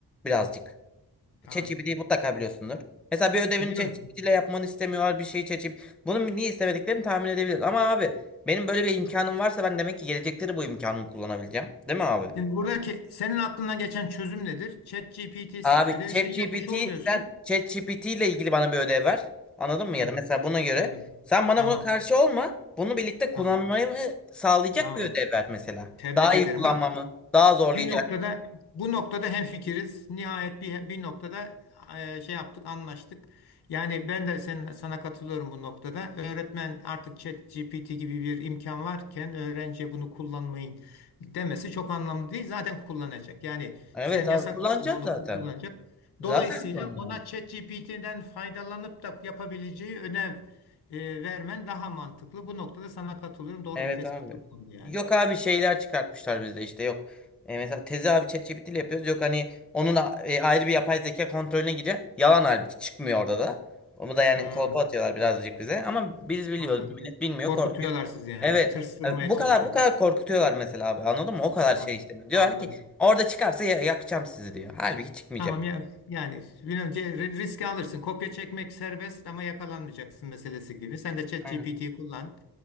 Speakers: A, in the centre; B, on the left.
A: birazcık.
B: Tamam.
A: ChatGPT'yi mutlaka biliyorsundur. Mesela bir ödevini
B: Biliyorum.
A: ChatGPT ile yapmanı istemiyorlar bir şeyi ChatGPT. Bunun niye istemediklerini tahmin edebiliriz. Ama abi benim böyle bir imkanım varsa ben demek ki gelecekleri bu imkanımı kullanabileceğim. Değil mi abi?
B: Şimdi buradaki senin aklından geçen çözüm nedir? ChatGPT
A: Abi
B: ödevi
A: ChatGPT
B: sen yapmış olmuyorsun.
A: sen ChatGPT ile ilgili bana bir ödev ver. Anladın mı?
B: Hı,
A: Ya da mesela buna göre
B: anladım.
A: sen bana
B: Tamam.
A: buna karşı olma. Bunu birlikte kullanmayı
B: Tamam.
A: mı sağlayacak
B: Tamam.
A: bir ödev ver mesela.
B: Tebrik
A: Daha iyi
B: ederim.
A: kullanmamı,
B: Bak
A: daha zorlayacak.
B: Bir noktada bu noktada hemfikiriz. Nihayet bir bir noktada e, şey yaptık, anlaştık. Yani ben de sen, sana katılıyorum bu noktada. Öğretmen artık ChatGPT gibi bir imkan varken öğrenciye bunu kullanmayın demesi çok anlamlı değil. Zaten kullanacak. Yani
A: Evet
B: sen
A: abi
B: yasaklasan
A: kullanacağım
B: da onu
A: zaten.
B: kul- kullanacak.
A: Zaten
B: Dolayısıyla
A: kullanacağım.
B: ona ChatGPT'den faydalanıp da yapabileceği ödev e, vermen daha mantıklı. Bu noktada sana katılıyorum. Doğru
A: Evet
B: bir tespitte
A: abi.
B: bulundu yani.
A: Yok abi şeyler çıkartmışlar bizde işte yok. E, mesela tezi abi ChatGPT ile yapıyoruz. Yok hani onun a- e, ayrı bir yapay zeka kontrolüne giriyor. Yalan halbuki çıkmıyor orada da. Onu da yani
B: Hmm.
A: kolpa atıyorlar birazcık bize. Ama biz biliyoruz.
B: Anladım.
A: Millet bilmiyor
B: Korkutuyorlar
A: korkuyor.
B: sizi yani.
A: Evet.
B: Tırstırmaya
A: Yani bu
B: çalışıyorlar.
A: kadar bu kadar korkutuyorlar mesela abi anladın mı? O kadar
B: Tamam.
A: şey istemiyor. Diyorlar
B: Anladım.
A: ki orada çıkarsa ya- yakacağım sizi diyor. Halbuki çıkmayacak.
B: Tamam ya yani bilmiyorum, ce- ri- riski alırsın. Kopya çekmek serbest ama yakalanmayacaksın meselesi gibi. Sen de ChatGPT'yi
A: Aynen.
B: kullan.